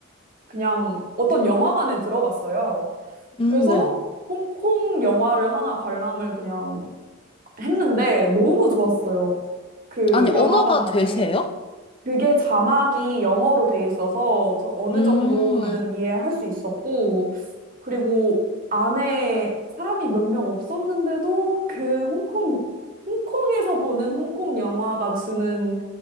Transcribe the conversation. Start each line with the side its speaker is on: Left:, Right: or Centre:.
Right: 그냥 어떤 영화관에 들어갔어요.
Left: 음,
Right: 그래서
Left: 네.
Right: 홍콩 영화를 하나 관람을 그냥 했는데 너무 좋았어요. 그
Left: 아니, 언어가
Right: 영화관 안에
Left: 되세요?
Right: 그게 자막이 영어로 돼 있어서 저 어느
Left: 음.
Right: 정도는 이해할 수 있었고 그리고 안에 사람이 몇 명 없었는데도 그 홍콩, 홍콩에서 보는 홍콩 영화가 주는